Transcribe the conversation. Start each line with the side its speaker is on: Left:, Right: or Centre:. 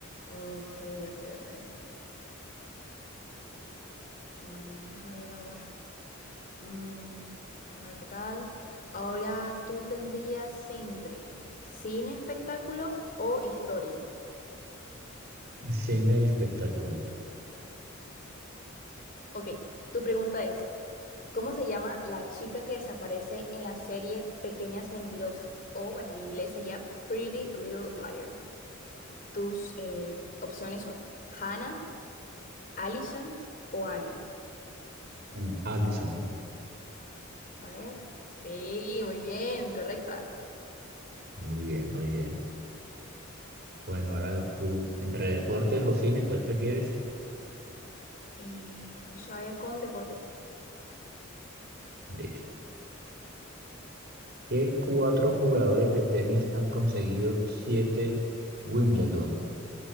Left: Ok, ok, ok. Bueno, vamos a ver ahora. Mm, a ver qué tal. Ahora tú tendrías entre cine, espectáculo o historia.
Right: Cine y espectáculo.
Left: Ok, tu pregunta es, ¿cómo se llama la chica que desaparece en la serie Pequeñas Mentirosas? O bueno, en inglés sería Pretty Little Liar. Tus eh, opciones son Hannah. Alison o Aria.
Right: Mm, Allison.
Left: Vamos a ver. Sí, muy bien, correcta.
Right: Muy bien, muy bien. Bueno, ahora tú, entre deportes o cine, ¿cuál prefieres?
Left: Eh, vamos a ver con deporte.
Right: Listo. ¿Qué cuatro jugadores de tenis han conseguido siete Wimbledon?